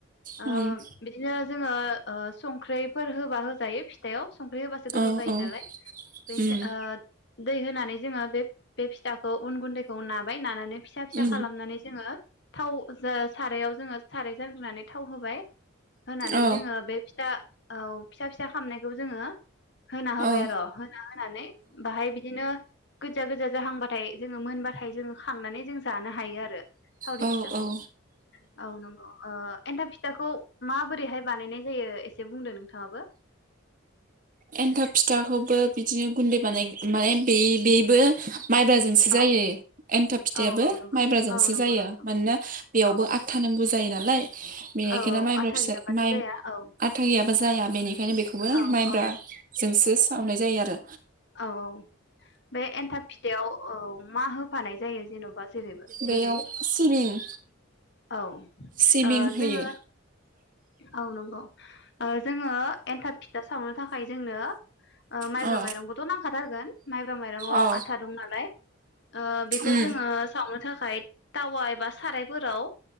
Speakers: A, on the left; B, on the right.
A: ओ
B: उम
A: बिदिनो जोङो ओ संख्रैफोर होबा होजायो। फिथायाव। संख्रि होबासो
B: औ
A: गोथाव जायो
B: औ
A: नालाय बेनिथ
B: उम
A: ओ दै होनानै जोङो बे बे फिथाखौ उन गुन्दैखौ नाबाय नानानै फिसा फिसा
B: उम
A: खालामनानै जोङो थाव जोस सारायाव जोङो साराय जांग्रोनानै थाव होबाय होनानै
B: औ
A: जोङो बे फिथा औ फिसा फिसा होनायखौ जोङो होना होबाय
B: औ
A: आर' होना होनानै बाहाय बिदिनो गोजा गोजा जाहांबाथाय जोङो मोनबाथाय जोङो खांनानै जों जानो हायो आरो। थावरि
B: औ
A: फिथाखौ
B: औ
A: औ नंगौ ओ एन्थाब फिथाखौ माबोरैहाय बानायनाय जायो एसे बुंदों नोंथाङाबो?
B: एन्थाब फिथाखौबो बिदिनो गुन्दै बानाय मानाय माने बे-बेबो माइब्राजोंसो जायो
A: औ
B: एन्थाब फिथायाबो
A: औ औ नंगौ
B: माइब्राजोंसो
A: औ नंगौ
B: जायो
A: नोंथां
B: मानोना बेयावबो
A: औ
B: आथथा नांगौ जायो ना लाय बेनिखायनो
A: औ
B: माइब्रा
A: आथा
B: फिसा
A: गैयाबानो
B: माइ
A: जाया औ
B: आथा गैयाबा जाया बेनिखायनो बेखौबो
A: औ
B: माइब्रा
A: औ
B: जोंसो सावनाय जायो आरो
A: औ औ बे एन्थाब फिथायाव औ मा होफानाय जायो जेन'बा जेरैबो
B: बेयाव
A: जेरै
B: सिबिं
A: औ
B: सिबिं
A: ओ
B: होयो
A: जोङो औ नंगौ ओ जोङो एन्थाब फि था सावनो थाखाय जोंनो ओ माइब्रा
B: अ
A: माइरंखौथ' नांखाथार होगोन माइब्रा माइरंआव
B: अ
A: आथा दं नालाय ओ बेखौ
B: उम
A: जोङो सावनो थाखाय टावा बा सारायफोराव